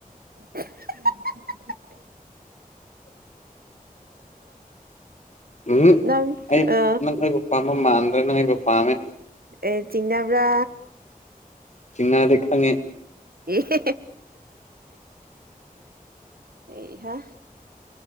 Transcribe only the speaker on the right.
<unintelligible>
ꯅꯪ
ꯑ
ꯑꯦ ꯆꯤꯡꯅꯕ꯭ꯔꯥ
<unintelligible> ꯑꯦ ꯑꯦꯍꯥ